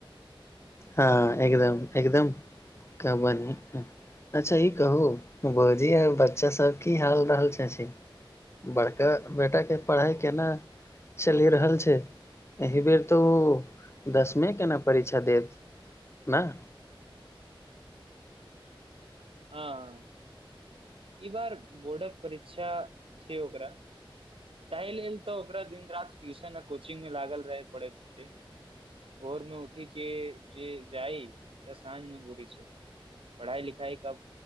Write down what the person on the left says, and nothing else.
हँ एकदम एकदम कहबान अच्छा ई कहू भौजी आर बच्चा सब की हाल रहल अछि बड़का बेटाके पढ़ाइ केना चलि रहल छै एहि बेर तऽ ओ दसमे के नऽ परीक्षा देत नहि